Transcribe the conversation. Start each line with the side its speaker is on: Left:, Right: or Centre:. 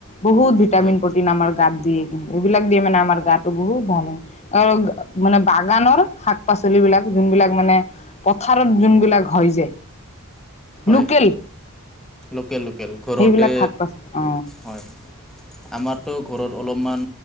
Left: বহুত ভিটামিন
Centre: হয়
Left: প্ৰটিন আমাৰ গাত দিয়ে কিন্তু। এইবিলাক দিয়ে মানে আমাৰ গাত। বহুত ভাল হয় আৰু মানে বাগানৰ শাক পাচলী বিলাক যোনবিলাক মানে। ভাৰত যোনবিলাক হয় যে।
Centre: হয়
Left: লোকেল
Centre: লোকেল লোকেল ঘৰতে
Left: সেইবিলাক শাক পাচলি অ
Centre: হয়। আমাৰতো ঘৰত অলপমান